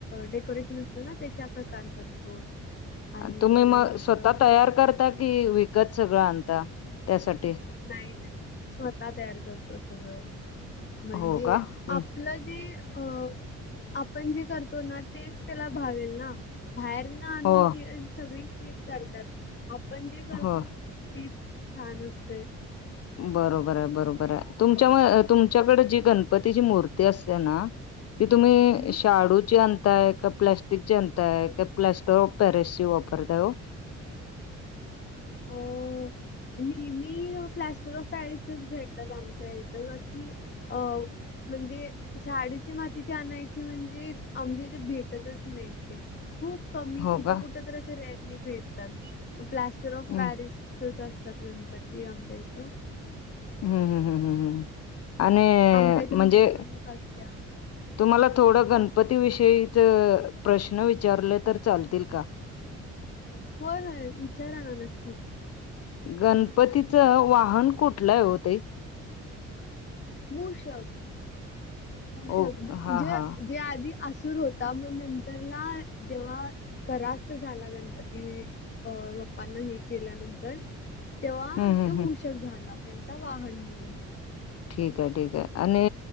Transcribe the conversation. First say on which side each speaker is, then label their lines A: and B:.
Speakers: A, on the left (about 35°); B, on the left (about 55°).
A: डेकोरेशन असतं ना त्याच्या प्रकारे करतो. आणि
B: तुम्ही
A: परत
B: मग स्वतः तयार करता कि विकत सगळं आणता त्यासाठी?
A: नाय नाय स्वतः तयार करतो सगळं म्हणजे
B: हो का हम्म
A: आप आपलं जी अ आपण जे करतो ना तेच त्याला भावेल ना बाहेर आणून
B: हो
A: केयर सगळी तेच करतात आपण जे करतो.
B: हो
A: तेच छान असतंय.
B: बरोबर आय बरोबर आय तुमच्या तुमच्याकडे जी गण पतीची मूर्ती असतिया ना ती तुम्ही
A: हम्म.
B: शाडूची आणताय का प्लाश स्टिक आणतात का प्लास्टर ऑफ पॅरिस ची वापरताय ओ?
A: आव नेहमी प्लास्टर ऑफ प पॅरिसच च भेटतात आमच्या इथ बाकी अ म्हणजे शाडूची मातीची आणायची म्हणजे आमच्या इथ भेटतच नायत ते. खूप कमी
B: हो
A: कुठं
B: का
A: कुठ तर असे रेअरली भेटतात प्लास्टर ऑफ
B: हम्म
A: पॅरिसच च अस तात गणपती आमच्या इथं.
B: हूं हूं हूं हूं हूं आणि
A: आमच्या इथं
B: म्हणजे
A: मिरवणूक असत्या.
B: तुम्हाला थोडं गणपती विषयीच प्रश्न विचारले तर चालतील का?
A: होय होय विचारा ना नक्की
B: गणपतीचं वाहन कुठलंय ओ ताई
A: मूषक मूषक
B: ओ
A: म्हणजे
B: हा हा
A: ते आधी असूर होता म नंतरला जेव्हा परास्त झाला गणपती अ बाप्पांना हे केल्यानंतर तेव्हा
B: हम्म हम्म
A: तो
B: हम्म
A: मुषक झाला त्यांचा वाहन म्हणून
B: ठीक आय ठीक आय आणि